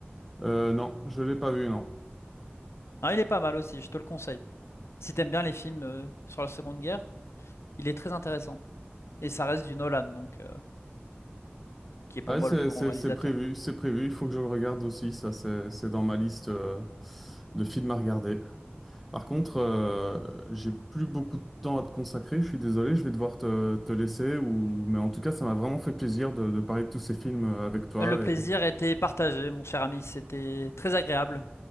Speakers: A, in the centre; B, on the left.
A: Euh, non, je l'ai pas vu, non.
B: Non, il est pas mal aussi, je te le conseille. Si t'aimes bien les films euh, sur la Seconde Guerre, il est très intéressant. Et ça reste du Nolan, donc, euh, qui est pour
A: Ouais,
B: moi
A: c'est
B: le plus
A: c'est-
B: grand réalisateur.
A: c'est prévu, c'est prévu, il faut que je le regarde aussi, ça c'est c'est dans ma liste euh, de films à regarder. Par contre, euh, j'ai plus beaucoup de temps à te consacrer, je suis désolé, je vais devoir te, te laisser, ou... mais en tout cas, ça m'a vraiment fait plaisir de, de parler de tous ces films euh, avec toi,
B: Euh, Le plaisir
A: et
B: était partagé, mon cher ami. C'était très agréable.